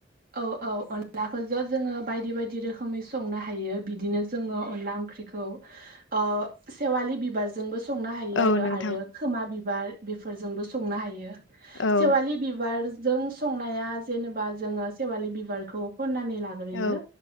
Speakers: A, on the right; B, on the left.
A: औ औ अनलाखौ जो जोङो बायदि बायदि रोखोमै संनो हायो बिदिनो जोङो अनला ओंख्रिखौ ओ सेवालि बिबार जोंबो संनो हायो
B: औ
A: आरो
B: नोंथां
A: आरो खोमा बिबार बेफोरजोंबो संनो हायो। सेवालि
B: औ
A: बिबारजों संनाया जेनेबा जोङो सेवालि बिबारखौ खननानै लाग्रोयो
B: औ